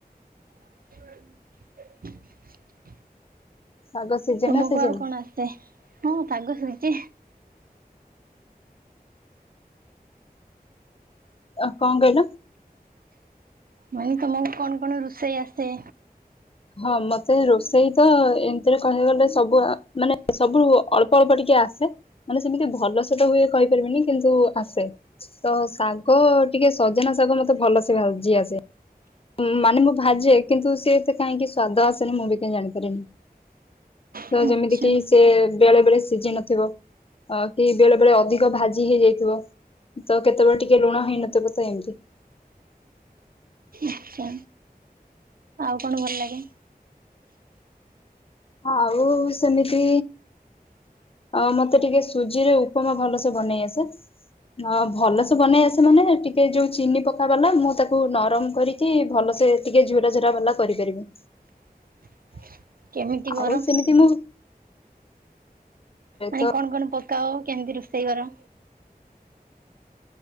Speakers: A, on the right; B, on the left.
A: <inaudible>
B: ଶାଗ ସିଜେ
A: ତୁମକୁ
B: ନା ସିଜେନି
A: ଆଉ କଣ ଆସେ ହଁ ଶାଗ ସେମିତି
B: ଆ କଁ କହିଲ?
A: ମାନେ ତମକୁ କଣ କଣ ରୋଷେଇ ଆସେ?
B: ହଁ ମତେ ରୋଷେଇ ତ ଏମିତିରେ କହିବାକୁ ଗଲେ ସବୁ ମାନେ ସବୁ ଅଳ୍ପ ଅଳ୍ପ ଟିକେ ଆସେ। ମାନେ ସେମିତି ଭଲ ସେତ ହୁଏ କହିପାରିବିନି କିନ୍ତୁ ଆସେ। ତ ଶାଗ ଟିକେ ସଜନା ଶାଗ ମତେ ଭଲସେ ଭାଜି ଆସେ। ମାନେ ମୁଁ ଭାଜେ କିନ୍ତୁ ସେ ଏତେ କାହିଁକି ସ୍ଵାଦ ଆସେନି ମୁଁ ବି କାହିଁ ଜାଣି ପାରେନି। ତ
A: ଆଚ୍ଛା।
B: ଯେମିତି କିି ସେ ବେଳେ ବେଳେ ସିଝି ନଥିବ। ଅ କି ବେଳେ ବେଳେ ଅଧିକ ଭାଜି ହେଇଯାଇଥିବ। ତ କେତେବେଳେ ଟିକେ ଲୁଣ ହେଇନଥିବ ତ ଏମିତି।
A: ଆଚ୍ଛା ଆଉ କଣ ଭଲ ଲାଗେ
B: ଆଉ ସେମିତି ଅ ମତେ ଟିକେ ସୁଜି ରେ ଉପମା ଭଲସେ ବନେଇ ଆସେ। ହ ଭଲସେ ବନେଇ ଆସେ ମାନେ ଟିକେ ଯୋଉ ଚିନି ପକ ବାଲା ମୁଁ ତାକୁ ନରମ କରି ଟି ଭଲସେ ଟିକେ ଝୁୁରା ଝୁର ବାଲା କରିପାରିବେ।
A: <unintelligible> କର?
B: ଆଉ ସେମିତି ମୁ
A: ମାନେ
B: ତ
A: କଣ କଣ ପକାଅ କେମିତି ରୋଷେଇ କର।